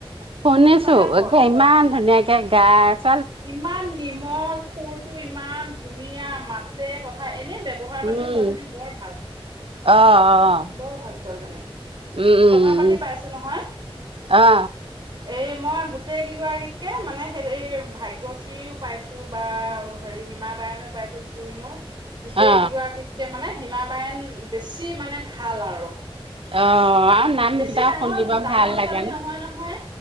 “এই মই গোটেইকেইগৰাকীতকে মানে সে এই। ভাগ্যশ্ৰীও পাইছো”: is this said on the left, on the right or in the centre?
Right